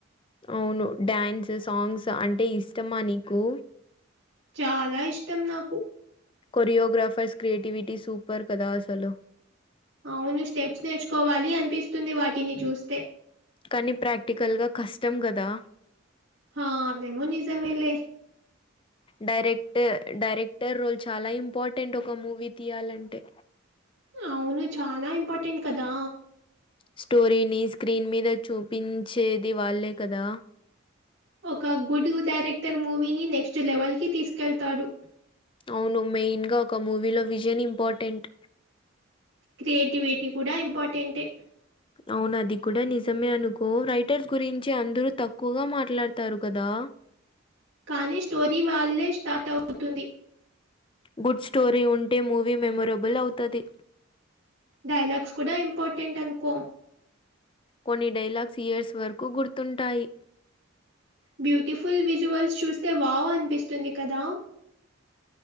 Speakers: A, on the left; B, on the right.
A: అవును డ్యాన్స్ సాంగ్స్ అంటే ఇష్టమా నీకు
B: చాలా ఇష్టం నాకు
A: కొరియోగ్రాఫర్స్ క్రియేటివిటీ సూపర్ కదా అసలు
B: అవును స్టెప్స్ నేర్చుకోవాలి అనిపిస్తుంది వాటిని చూస్తే
A: కానీ ప్రాక్టికల్ గా కష్టం కదా
B: హ అదేమో నిజమేలే
A: డైరెక్టర్ డైరెక్టర్ రోల్ చాలా ఇంపార్టెంట్ ఒక మూవీ తీయాలంటే
B: అవును చాలా ఇంపార్టెంట్ కదా
A: స్టోరీని స్క్రీన్ మీద చూపించేది వాళ్ళే కదా
B: ఒక గుడు డైరెక్టర్ మూవీని నెక్స్ట్ లెవెల్ కి తీసుకెళ్తాడు
A: అవును మెయిన్ గా ఒక మూవీ లో విజన్ ఇంపార్టెంట్
B: క్రియేటివిటీ కూడా ఇంపార్టెంటే
A: అవును అది కూడా నిజమే అనుకో రైటర్స్ గురించి అందరూ తక్కువగా మాట్లాడతారు కదా
B: కానీ స్టోరీ వాళ్లే స్టార్ట్ అవుతుంది
A: గుడ్ స్టోరీ ఉంటే మూవీ మెమొరబుల్ అవుతది
B: డైలాగ్స్ కూడా ఇంపార్టెంట్ అనుకో
A: కొన్ని డైలాగ్స్ ఇయర్స్ వరకు గుర్తుంటాయి
B: బ్యూటిఫుల్ విజువల్స్ చూస్తే వావ్ అనిపిస్తుంది కదా